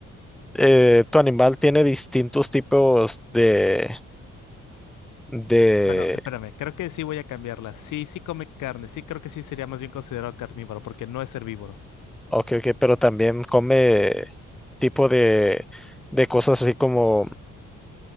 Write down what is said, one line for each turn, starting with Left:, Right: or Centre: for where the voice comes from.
Centre: Eh, ¿tu animal tiene distintos tipos de, de,
Left: Bueno, espérame, creo que sí voy a cambiarla. Sí, sí come carne, sí creo que sí sería más bien considerado carnívoro porque no es herbívoro.
Centre: ok, ok, pero también come tipo de, de cosas así como,